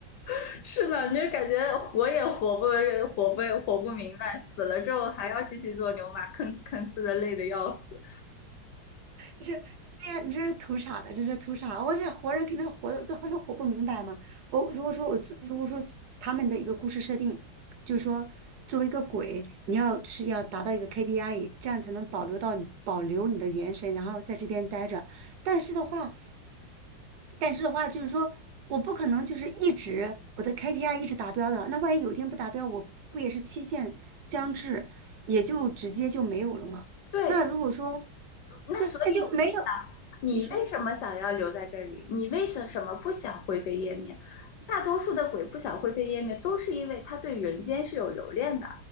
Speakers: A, on the left; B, on the right.
A: <laughs> 是呢，你就感觉活也活不活不活不明白，死了之后还要继续做牛马，吭哧吭哧的累得要死。
B: 你这，对呀，你这是图啥呢？这是图啥？我这活人肯定活的都还是活不明白嘛。我如果说我做，如果说他们的一个故事设定，就是说作为一个鬼，你要就是要达到一个 KPI，这样才能保留到你保留你的元神，然后在这边待着。但是的话，但是的话，就是说我不可能就是一直我的 KPI 一直达标的，那万一有一天不达标，我不也是期限将至，也就直接就没有了吗？
A: 对，
B: 那如果说
A: 那所以。
B: 对，那就没有。
A: 你为什么想要留在这里？
B: 你说
A: 你为什么不想灰飞烟灭？大多数的鬼不想灰飞烟灭，都是因为他对人间是有留恋的，